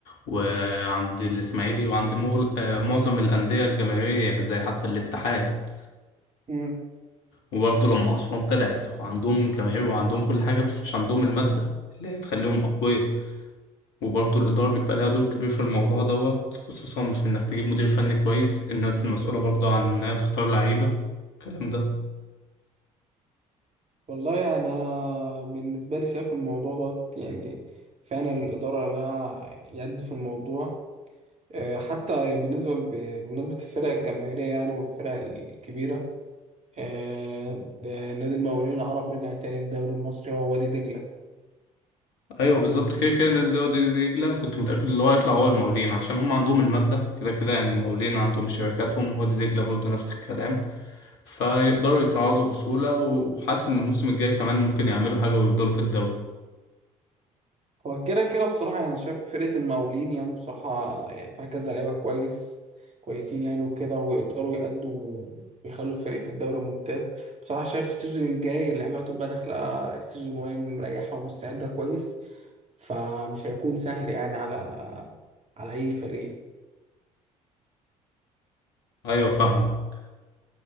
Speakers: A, on the left; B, on the right.
A: وعند الاسماعيلي وعند مغل... آه، معظم الانديه الجماهيريه زي حتى الاتحاد
B: مم.
A: وبرضو لما اسوان طلعت عندهم جماهير وعندهم كل حاجه بس مش عندهم الماده اللي هي تخليهم اقوياء وبرضه الإدارة بيبقى لها دور كبير في الموضوع دوت خصوصا في إنك تجيب مدير فني كويس الناس المسؤولة برضه عن إنها تختار لعيبة الكلام ده
B: والله يعني أنا بالنسبة لي شايف الموضوع ده يعني فعلا الإدارة لها يد في الموضوع آه، حتى بالنسبة ب- بمناسبة الفرق الجماهيرية يعني والفرق الكبيرة آه، ده نادي المقاولين العرب رجع تاني الدوري المصري هو وادي دجلة
A: أيوه بالظبط كده كده نادي دي دجلة كنت متأكد إن هو هيطلع هو المقاولين عشان هم عندهم المادة كده كده يعني المقاولين عندهم شركاتهم وادي دجلة برضه نفس الكلام فيقدروا يصعدوا بسهولة وحاسس إن الموسم الجاي كمان ممكن يعملوا حاجة ويفضلوا في الدوري
B: هو كده كده بصراحة يعني شايف فرقة المقاولين يعني بصراحة يعني فيها كذا لعيبة كويس كويسين يعني وكده ويقدروا يأدوا ويخلوا الفريق في الدوري الممتاز بصراحة شايف السيزون الجاي اللعيبة هتبقى داخلة السيزون وهي مريحة ومستعدة كويس فمش هيكون سهل يعني على على أي فريق
A: أيوه فاهمك